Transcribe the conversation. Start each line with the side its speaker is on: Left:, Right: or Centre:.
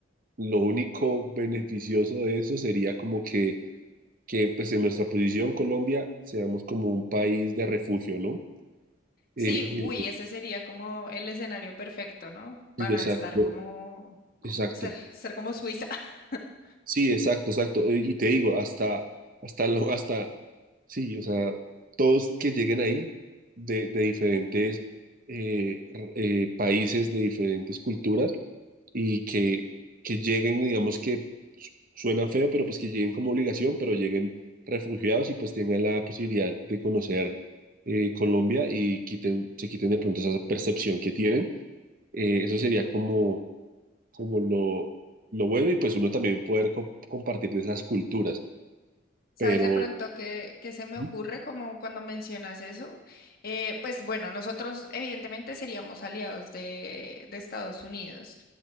Right: lo único beneficioso de eso sería como que, que pues en nuestra posición Colombia seamos como un país de refugio, ¿no? Eh,
Left: Sí, uy, ese sería como el escenario perfecto, ¿no? Para
Right: sí, exacto,
Left: estar como, como
Right: exacto.
Left: ser, ser como Suiza. <laughs>
Right: Sí, exacto, exacto. Eh, Y te digo, hasta, hasta lo, hasta, sí, o sea, todos que lleguen ahí de, de diferentes eh, r- eh, países, de diferentes culturas, y que, que lleguen, digamos que su- suena feo, pero pues que lleguen como obligación, pero lleguen refugiados y pues tengan la posibilidad de conocer eh, Colombia y quiten, se quiten de pronto esa percepción que tienen. Eh, eso sería como como lo, lo bueno y pues uno también poder co- compartir de esas culturas,
Left: ¿Sabes
Right: pero...
Left: de pronto qué, qué se me
Right: Ujú.
Left: ocurre como cuando mencionas eso? Eh, pues bueno, nosotros evidentemente seríamos aliados de, de Estados Unidos